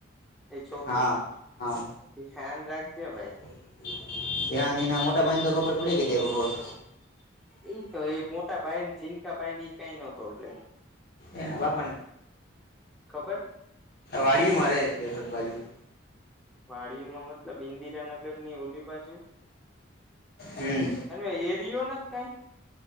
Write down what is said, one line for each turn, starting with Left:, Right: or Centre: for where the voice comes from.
Centre: એ છોકરી
Left: હા હા
Centre: ધ્યાન રાખજે
Left: ત્યાં
Centre: ભાઈ
Left: એના મોટા ભાઈને તો ખબર પડી ગઈ તી એક વખત
Centre: એ તો એ મોટા ભાઈન જીઅને નકા ભાઈન કઈ ન તોડ લય
Left: એના બાપ
Centre: ખબર
Left: વાડિયું મારેજ કેજ બાજુ મા
Centre: વાડીમાં મતલબ ઈન્દિરાનગર ની ઓલી બાજુ
Left: હમ
Centre: એ એરિયો નથી કઈ?